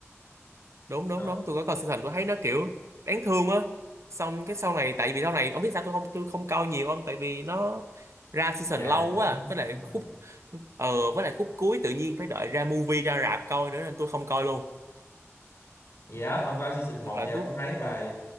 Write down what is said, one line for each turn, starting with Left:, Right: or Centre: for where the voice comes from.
Right: đúng đúng
Left: đâu
Right: đúng tôi có coi season tôi thấy nó kiểu đáng thương á xong cái sau này tại vì sau này ông biết sao tôi không tôi không coi nhiều không tại vì nó ra
Left: dài
Right: season lâu
Left: quá
Right: quá à. với
Left: đúng
Right: lại khúc
Left: rồi
Right: ờ với lại khúc cuối tự nhiên phải đợi ra movie ra rạp coi nữa nên tôi không coi luôn
Left: gì đó ông coi season một
Right: nhưng mà
Left: thì ông
Right: cuối
Left: cũng thấy rồi
Right: ừ.